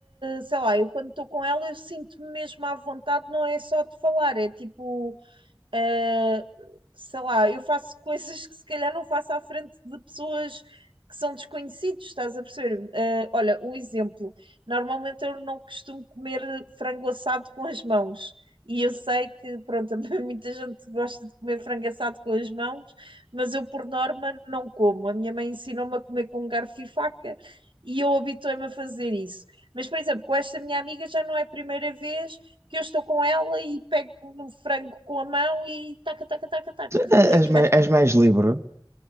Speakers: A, on the right (about 80°); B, on the right (about 35°).
A: sei lá, eu quando estou com ela eu sinto-me mesmo à vontade, não é só de falar, é tipo ah, sei lá, eu faço <laughs> coisas que se calhar não faço à frente de pessoas que são desconhecidos, estás a perceber? Ah, olha, um exemplo. Normalmente eu não costumo comer frango assado com as mãos. E eu sei que, pronto, <laughs> muita gente gosta de comer frango assado com as mãos, mas eu, por norma, não como. A minha mãe ensinou-me a comer com garfo e faca e eu habituei-me a fazer isso. Mas, por exemplo, com esta minha amiga já não é a primeira vez que eu estou com ela e pego no frango com a mão e taca, taca, taca, taca. <laughs>
B: é,
A: O que é
B: és
A: que
B: mais,
A: achas?
B: és mais livre.